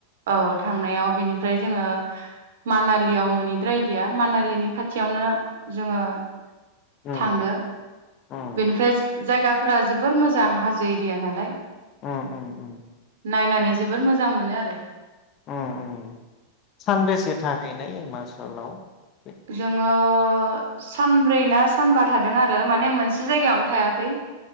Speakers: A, on the right; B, on the left.
A: औ थांनायाव बेनिफ्राय जोङो मानालियाव मोनहैद्रायदिया मानालिनि खाथि खाथियावनो जोङो
B: उम
A: थांदो।
B: उम
A: बेनिफ्राय जायगाफोरा जोबोर मोजां हाजो एरिया नालाय।
B: उम उम उम।
A: नायनानै जोबोर मोजां मोनो आरो।
B: उम उम सानबेसे थाहैनाय हिमाचलाव? ओ
A: जोङो सानब्रै ना सानबा थादों आरो माने मोनसे जायगायावनो थायाखै।